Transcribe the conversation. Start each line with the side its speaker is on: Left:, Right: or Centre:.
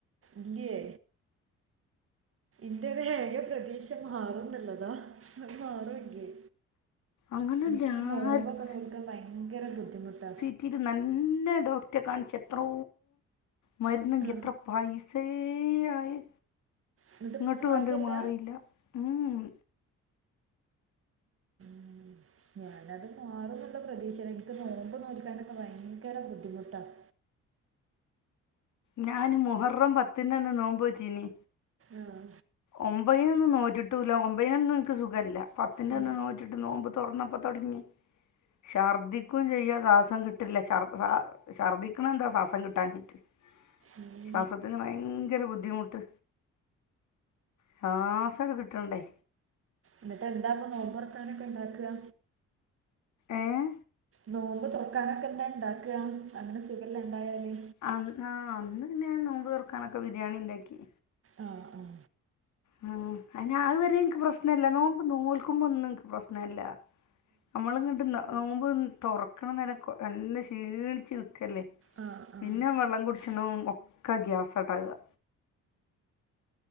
Right: ല്ല്യേ ന്റെഒര് ഏക പ്രദീശ മാറുന്ന്ള്ളതാ അഹ് മാറോയ്ക്കെയ്
Left: അങ്ങനെല്ല
Right: ഇന്ക് ഈ നോമ്പൊക്കെ
Left: ആർക്കും
Right: നോൽക്കാൻ ഭയങ്കര ബുദ്ധിമുട്ടാ
Left: റ്റ് ഇത്‌ നല്ല ഡോക്ടറെ കാണിച്ച് എത്രോ മര്ന്നെങ്കി
Right: ആ
Left: ത് പൈസേ യായേ
Right: എന്നിട്ട് ഇപ്പം
Left: ങ്ങട്ടും
Right: മാറ്റമില്ല
Left: ന്റെ മാറില്ല ഉം ഉം
Right: <inaudible> ഞാനത് മാറുന്നുള്ള പ്രതീഷെലാ ഇൻക്ക് നോമ്പ് നോൽക്കാനൊക്കെ ഭയങ്കര ബുദ്ധിമുട്ടാണ്
Left: ഞാന് മുഹറം പത്തിന്റന്ന് നോമ്പോ റ്റിനി
Right: ആഹ്
Left: ഒമ്പയിനൊന്നും നോറ്റിട്ടൂല്ല ഒമ്പതിനൊന്നും നിക്ക് സുഖല്ല പത്തിന്റെ
Right: ആ
Left: അന്ന് നോറ്റിട്ട് നോമ്പ് തൊറന്നപ്പോ തൊടങ്ങി ശർദിക്കും ചെയ്യാ സാസം കിട്ട്ല്ല ശർ ശ ശർദ്ദിക്ക്ണെന്താ ശാസം കിട്ടാഞ്ഞിട്ട്
Right: ഉം
Left: ശ്വാസത്തിന് ഭയങ്കര ബുദ്ധിമുട്ട് ശാസകകെ കിട്ടണ്ടേ
Right: ന്നിട്ട് എന്താ പ്പൊ നോമ്പൊർക്കാനൊക്കെണ്ടാക്കാ
Left: ഏഹ്
Right: നോമ്പ് തുറക്കാനൊക്കെ എന്താ ഇണ്ടാക്കാ അങ്ങനെ സുഖല്ലാ ണ്ടായാല്
Left: അന്ന് ആഹ് അന്ന് പിന്നെ നോമ്പ് തുറക്കാനൊക്കെ ബിരിയാണി ഇണ്ടാക്കി.
Right: ആഹ് ആഹ്
Left: ഉം അയ്ന് അഹ് വരെ ഇനിക്ക് പ്രശ്നല്ല നോമ്പ് നോൽക്കുമ്പോ ഒന്നുംഇനിക്ക് പ്രശ്നല്ല. അമ്മള് ഇങ്ങണ്ട് നോമ്പ് തൊറക്കണ നേരംക്കോ നല്ല ക്ഷീണിച്ച് നി ക്കല്ലേ
Right: ആ ആ
Left: പിന്നെ
Right: ആ
Left: വെള്ളം കുടിച്ച്ണോം ഒക്കെ ഗ്യാസട്ടാ വ്അ